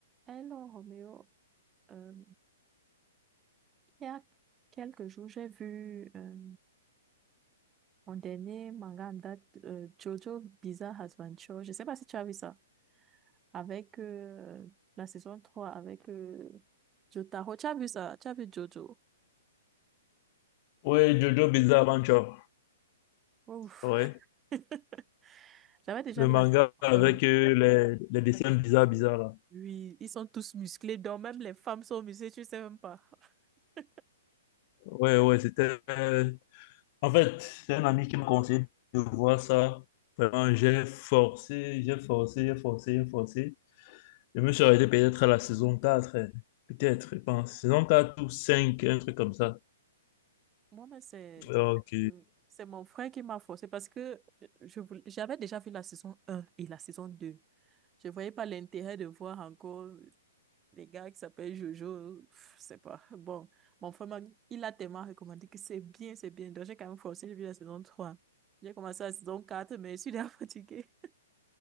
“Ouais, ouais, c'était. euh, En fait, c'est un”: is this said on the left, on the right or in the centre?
Left